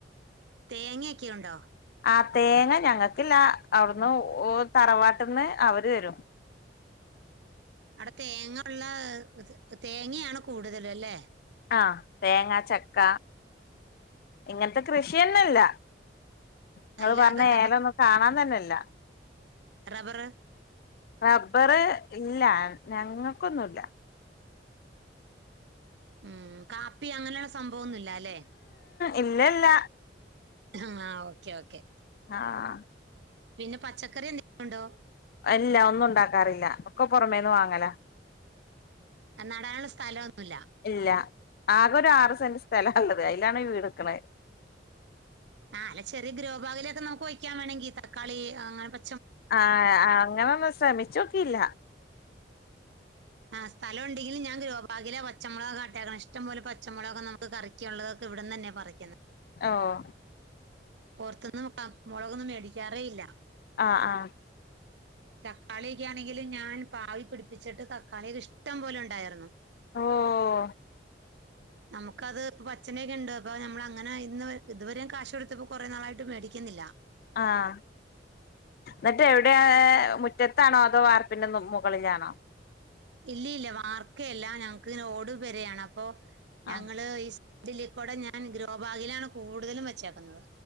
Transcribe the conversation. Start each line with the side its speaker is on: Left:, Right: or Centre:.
Right: തേങ്ങ്യൊക്കെയു ണ്ടോ?
Left: ആഹ് തേങ്ങ ഞങ്ങക്കില്ല അവിടുന്ന് ഓ തറവാട്ട്ന്ന് അവര് രും
Right: ആടെ തേങ്ങള്ള തേങ്ങയാണ് കൂടുതലും അല്ലേ
Left: ആഹ് തേങ്ങ ചക്ക ഇങ്ങൻത്തെ കൃഷിയന്ന്ല്ല ഇങ്ങള്
Right: അല്ലാതെ
Left: പർഞ്ഞ
Right: റബ്ബർ
Left: ഏലൊന്നും കാണാംതന്നെല്ല
Right: റബ്റ്
Left: റബ്ബ്റ് ഇല്ല ഞങ്ങക്കൊന്നുംല്ല
Right: ഉം കാപ്പി അങ്ങനെള്ള സംഭവൊന്നുല്ലാല്ലെ
Left: <inaudible> ഇല്ലല്ല
Right: ആഹ് ഓക്കെ ഓക്കെ
Left: ആഹ്
Right: പിന്നെ പച്ചക്കറി എന്തെ ഒണ്ടോ?
Left: ല്ല ഒന്നും ഒണ്ടാക്കാറില്ല ഒക്കെ പൊറമേന്ന് വാങ്ങലാ
Right: അ നടാൻള്ള സ്ഥലൊന്നുല്ല
Left: ഇല്ല ആകൊരു ആറ് സെന്റ് സ്ഥലാള്ളത് അയ്‌ലാണി വീട് ക്ക്ണെ
Right: ആഹ് അല്ല ചെറിയ ഗ്രോഭാഗിലൊക്കെ നമുക്ക് വെയ്ക്കാം വേണെങ്കി തക്കാളി അങ്ങനെ പ
Left: ആഹ് ആഹ് അങ്ങനൊന്നും ശ്രമിച്ചോക്കിയില്ല
Right: ആഹ് സ്ഥലംണ്ടെങ്കില് ഞാൻ ഗ്രോഭാഗിലാ പച്ചമൊളകട്ടേക്ക്‌ണെ ഇഷ്ടം പോലെ പച്ചമൊളൊക് നമുക്ക് കറി ക്ക്‌യുള്ളതൊക്കെ ഇവിടെന്ന്ന്നെ പറിക്ക്ന്നെ
Left: ഓഹ്
Right: പൊർത്തുന്നും അ മുളകൊന്നും മേടിക്കാറേ ഇല്ല
Left: ആഹ് ആഹ്
Right: തക്കാളിയൊക്കെയാണെങ്കില് ഞാൻ പാവി പിടിപ്പിച്ചിട്ട് തക്കാളിയൊക്കെ ഇഷ്ടം പോലെഒണ്ടായിർന്നു
Left: ഓഹ്
Right: നമുക്കത് പ്പൊ പച്ചനെയ്രിണ്ട് അപ്പൊ നമ്മളങ്ങനെ ഇന്ന് ഇതുവരെയും കാശ് കൊടുത്തപ്പോ കൊറെ നാളായിട്ട് മേടിക്കുന്നില്ല
Left: ആഹ് ന്നിട്ട് എവിടയാ മുറ്റത്താണോ അതോ വാർപ്പിന്റെ മൊ മുകളിലാണോ?
Right: ഇല്ലീല്ല വർക്കേല്ല ഞങ്ങക്ക്‌ ഓടു പെരയാണ് അപ്പൊ
Left: ആ
Right: ഞങ്ങള് ഈസ് ഡില്ലിക്കൂടെ ഞാൻ ഗ്രോ ഭാഗിലാണ് കൂടുതലും വെച്ചേക്കുന്നത്